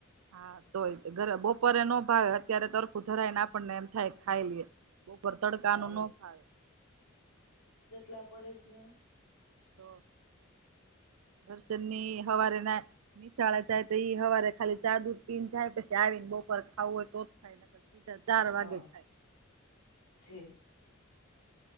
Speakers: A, on the right (about 85°); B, on the left (about 85°).
A: હા તોય ઘરે બપોરે નો ભાવે અત્યારે ત હરખું ધરાય ને આપણને એમ થાય ખાઈ લઈએ બપોરે તડકાનું
B: હા
A: ન ફાવે
B: લા પડેશ ને
A: તો દર્શન ની હવારે ના નિશાળે જાય તો ઈ હવારે ખાલી ચા દૂધ પીન જાય, પછી આવીને બપોરે ખાવું હોય તો જ ખાય નહીંતર સીધા ચાર વાગે
B: હા
A: ખાય.
B: ઠીક